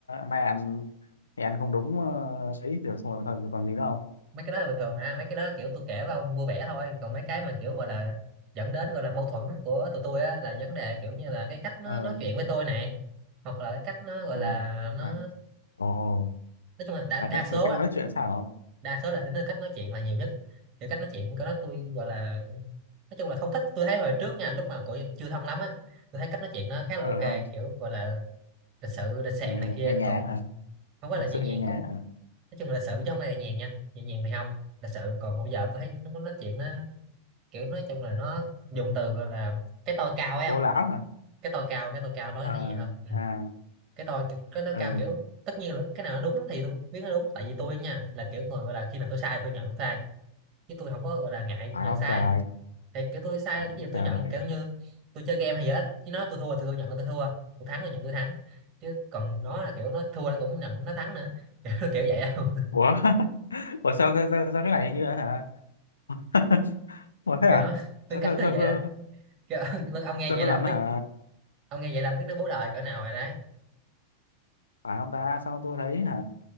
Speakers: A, on the left; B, on the right.
A: nay ăn thì ăn không đúng ờ, ấy được xong rồi thôi còn gì nữa không
B: mấy cái đó là bình thường mà mấy cái đó kiểu tôi kể với ông vui vẻ thôi còn mấy cái mà kiểu gọi là dẫn đến gọi là mâu thuẫn của tụi tôi á là vấn đề kiểu như là cái cách nó
A: ờ
B: nói chuyện với tôi này hoặc là cái cách nó gọi
A: ờ
B: là nó
A: à, ồ
B: nói chung là đa,
A: là
B: đa
A: cách
B: số
A: là cách
B: á,
A: nói chuyện sao không
B: đa số là tính đến cách nói chuyện là nhiều nhất kiểu cách nói chuyện của nó tôi gọi là nói chung là không thích tôi thấy hồi trước nha lúc mà cổ chưa thâm lắm á tôi thấy cách nói chuyện nó khá là
A: ờ
B: ok
A: không
B: kiểu gọi là lịch sự lịch sạn
A: nhẹ,
B: này kia
A: nhẹ nhàng
B: còn
A: hả
B: không phải
A: thực
B: là nhẹ
A: sự
B: nhàng
A: nhẹ nhàng
B: cũng
A: hả
B: nói chung là lịch sự chứ không phải là nhẹ nhàng nha nhẹ nhàng thì không lịch sự còn bây giờ tôi thấy nó có nói chuyện nó kiểu nói chung là nó dùng từ gọi là cái tôi cao ấy
A: cố
B: không
A: lão hả
B: cái tôi cao cái tôi cao nói
A: Ờ,
B: nó nhẹ hơn ừ.
A: à
B: cái tôi kiểu- cái nó
A: ừ
B: cao kiểu tất nhiên là lúc cái nào nó đúng thì tôi biết nó đúng tại vì tôi nha là kiểu người gọi là khi nào tôi sai thì tôi nhận sai chứ tôi không có gọi là ngại
A: phải
B: nhận
A: không
B: sai
A: trời
B: thì kiểu tôi sai
A: phải không
B: cái gì tôi
A: trời
B: nhận kiểu như tôi chơi game hay gì hết chứ nó tôi thua thì tôi tôi nhận là tôi thua tôi thắng là nhận tôi thắng chứ còn nó là kiểu nó thua nó cũng nhận nó thắng nữa <laughs> kiểu kiểu vậy đâu
A: ủa <laughs> ủa sao, sao, sao, sao cái này hình như là hả <laughs>
B: <laughs>
A: ủa thế
B: kiểu
A: à
B: nó tính
A: sao
B: cách
A: sao
B: nó
A: sao,
B: vậy
A: sao,
B: đó kiểu, <laughs> ông nghe
A: sao
B: vậy
A: có
B: là
A: lần
B: ông biết
A: hả
B: ông nghe vậy là ông biết nó bố đời cỡ nào rồi đấy
A: phải không ta sao tôi thấy hả